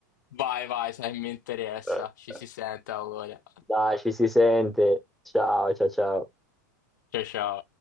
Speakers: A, on the left; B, in the centre.
A: Vai, vai, se mi interessa.
B: <laughs>
A: Ci si sente allora.
B: Dai, ci si sente. Ciao, ciao, ciao.
A: Ciao, ciao.